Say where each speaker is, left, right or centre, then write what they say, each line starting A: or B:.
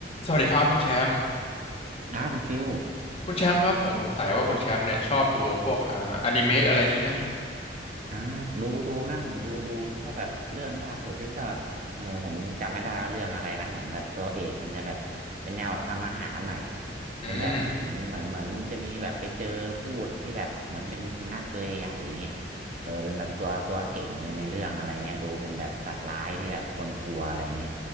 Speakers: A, on the left; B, on the right.
A: สวัสดีครับคุณแชมป์
B: ครับคุณฟิล
A: คุณแชมป์ครับผมสงสัยว่าคุณแชมป์เนี่ยชอบดูพวกอ่าอนิเมะอะไรนี้ไหม
B: อ่าดูดูนะผมดูดูถ้าแบบเรื่องล่าสุดนี่ก็เออผมจำไม่ได้ว่าเรื่องอะไรนะเหมือนแบบตัวเอกมันจะแบบเป็นแนวแบบทำอาหารหน่อย
A: อืม
B: เป็นแบบเหมือนเหมือนเหมือนจะมีแบบไปเจอพูดที่แบบเหมือนเป็นสุนัขตัวใหญ่ๆอย่างเงี้ยเออเป็นแบบตัวตัวเก่งเลยในเรื่องอะไรเงี้ยดูเป็นแบบสัตว์ร้ายที่แบบคนกลัวอะไรเงี้ย